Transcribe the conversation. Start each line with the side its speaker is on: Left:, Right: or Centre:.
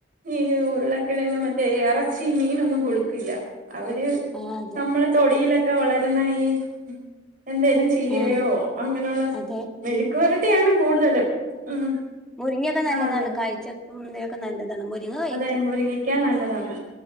Right: ഈ ഉള്ളക്കിഴങ്ങ് മറ്റേ എറച്ചി മീനൊന്നും കൊട്ക്കില്ല. അവര്
Centre: ആ അതെ
Right: നമ്മളെ തൊടിയിലൊക്ക വളര്ന്ന ഈ എന്തേലും ചീരയോ
Centre: ആ
Right: അങ്ങനെ ഉള്ള
Centre: അതെ
Right: മെഴുക്ക് വരട്ടിയാണ് കൂടുതലും ഉം
Centre: മുരിങ്ങൊക്ക നല്ലതാണ്
Right: ആ അതെ
Centre: കാഴ്ചക്കും നല്ലതാണ് മുരിങ്ങ കഴിക്കും
Right: അത മുരിങ്ങക്ക നല്ലതാണ്